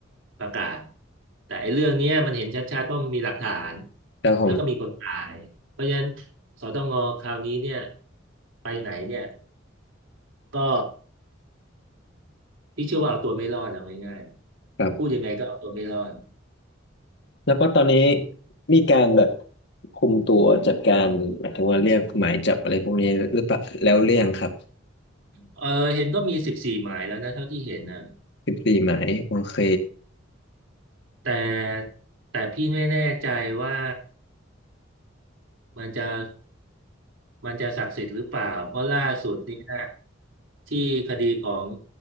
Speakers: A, on the right; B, on the left.
A: ประกาศแต่ไอ้เรื่องเนี้ยมันเห็นชัดๆว่ามันมีหลักฐาน
B: ครับผม
A: แล้วก็มีคนตายเพราะฉะนั้นสตงคราวนี้เนี่ยไปไหนเนี่ยก็พี่เชื่อว่าเอาตัวไม่รอดเอาง่ายๆพูดยังไงก็เอาตัวไม่รอด
B: ครับ แล้วก็ตอนนี้มีการแบบคุมตัวจัดการหมายถึงว่าเรียกหมายจับอะไรพวกนี้หรือเปล่าแล้วเรียงครับ
A: เออเห็นก็มีสิบสี่หมายแล้วนะเท่าที่เห็นนะ
B: สิบสี่หมายโอเค
A: แต่แต่พี่ไม่แน่ใจว่ามันจะมันจะศักดิ์สิทธิ์หรือเปล่าเพราะล่าสุดนี่นะที่คดีของ